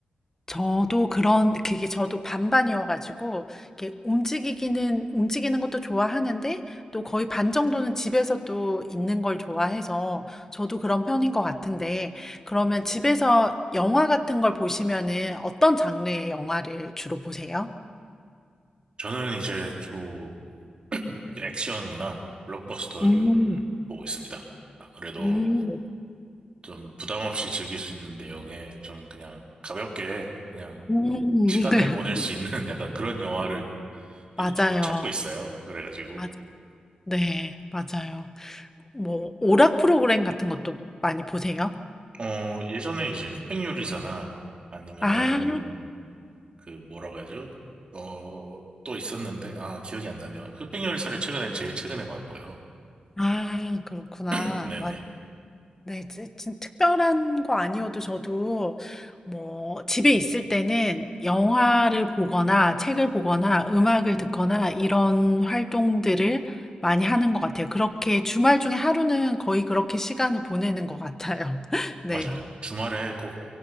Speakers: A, on the left (about 15°); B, on the right (about 40°).
A: 저도 그런 그게 저도 반반이어 가지고 이렇게 움직이기는 움직이는 것도 좋아하는데 또 거의 반 정도는 집에서 또 있는 걸 좋아해서 저도 그런 편인 것 같은데 그러면 집에서 영화 같은 걸 보시면은 어떤 장르의 영화를 주로 보세요?
B: 저는 이제 주로 액션이나 블록버스터류를
A: 음,
B: 보고 있습니다. 아무래도
A: 음,
B: 좀 부담 없이 즐길 수 있는 내용에 좀 그냥 가볍게 그냥
A: 음.
B: 시간을
A: <laughs>
B: 보낼 수 있는 <laughs> 약간 그런 영화를 이제
A: 맞아요.
B: 주로 찾고 있어요. 그래가지고
A: 맞아요. 네, 맞아요. 뭐 오락 프로그램 같은 것도 많이 보세요?
B: 어 예전에 이제 흑백요리사나 아니면은
A: 아,
B: 그 뭐라고 하죠? 어 또 있었는데 아 기억이 안 나네요. 흑백요리사를 최근에 제일 최근에 봤고요.
A: 아, 그렇구나.
B: <laughs> 네네
A: 네. 지 진 특별한 거 아니어도 저도 뭐 집에 있을 때는 영화를 보거나 책을 보거나 음악을 듣거나 이런 활동들을 많이 하는 것 같아요. 그렇게 주말 중에 하루는 거의 그렇게 시간을 보내는 것 같아요. <laughs> 네.
B: 맞아요. 주말에 꼭